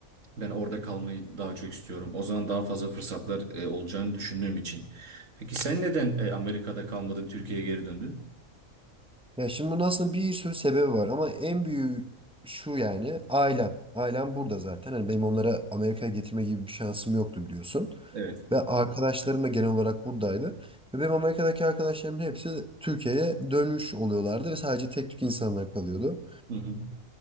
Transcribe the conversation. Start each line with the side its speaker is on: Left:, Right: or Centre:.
Right: ben orada kalmayı daha çok istiyorum. O zaman daha fazla fırsatlar e, olacağını düşündüğüm için. Peki sen neden e, Amerika'da kalmadın, Türkiye'ye geri döndün?
Centre: Ya şimdi bunun aslında bir sürü sebebi var ama en büyüğü şu yani ailem. Ailem burada zaten. Hani benim onlara Amerika'ya getirme gibi bir şansım yoktu biliyorsun.
Right: Evet.
Centre: Ve arkadaşlarım da genel olarak buradaydı. Ve benim Amerika'daki arkadaşlarımın hepsi Türkiye'ye dönmüş oluyorlardı ve sadece tek tük insanlar kalıyordu.
Right: Hı hı.